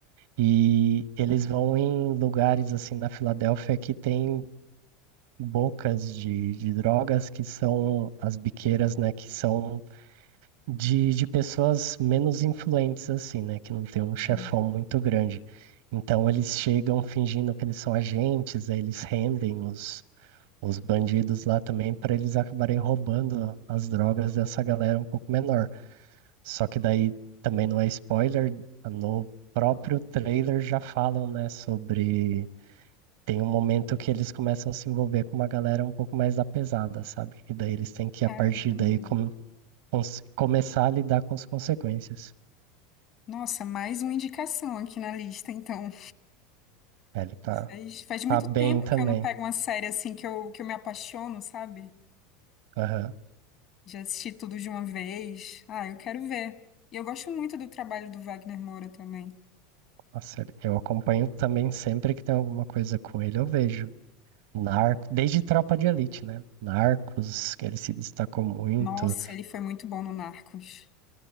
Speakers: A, on the right; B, on the left.
A: E eles vão em lugares assim na Filadélfia que tem bocas de, de drogas, que são as biqueiras, né? Que são de, de pessoas menos influentes, assim, né? Que não tem um chefão
B: Sim.
A: muito grande. Então eles chegam fingindo que eles são agentes, aí eles rendem os os bandidos lá também para eles acabarem roubando as drogas dessa galera um pouco menor. Só que daí também não é spoiler, no próprio trailer já falam, né, sobre tem um momento que eles começam a se envolver com uma galera um pouco mais da pesada, sabe? E daí eles têm que
B: Caramba.
A: a partir daí com- cons- começar a lidar com as consequências.
B: Nossa, mais uma indicação aqui na lista, então.
A: É, ele tá
B: Faz, faz muito
A: tá bem
B: tempo
A: também.
B: que eu não pego uma série assim que eu, que eu me apaixono, sabe?
A: Aham.
B: Já assisti tudo de uma vez. Ah, eu quero ver. E eu gosto muito do trabalho do Wagner Moura também.
A: Nossa, ele- eu acompanho também sempre que tem alguma coisa com ele, eu vejo. Narco, desde Tropa de Elite, né? Narcos, que ele se destacou muito.
B: Nossa, ele foi muito bom no Narcos.